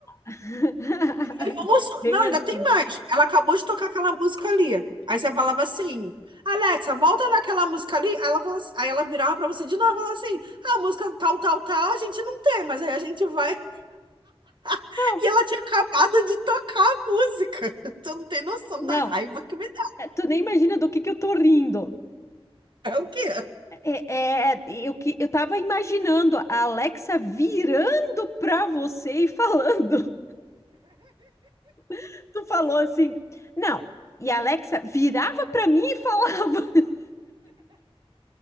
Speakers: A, on the left; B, on the right.
A: <laughs>
B: Ai, vamos só-
A: Bem
B: Não, ainda
A: assim.
B: tem mais. Ela acabou de tocar aquela música ali. Aí você falava assim, Alexa, volta naquela música ali. Aí ela, falou assim- aí ela virava pra você de novo e falava assim, a música tal, tal, tal, a gente não tem, mas aí a gente vai... <laughs>
A: Não,
B: E ela tinha acabado de tocar a música. <laughs> Tu não tem noção
A: Não,
B: da raiva que me dá.
A: É, Tu nem imagina do que que eu tô rindo.
B: É o quê?
A: É, é, eu que eu tava imaginando a Alexa virando pra você e falando. <laughs> Tu falou assim, não. E a Alexa virava pra mim e falava. <laughs>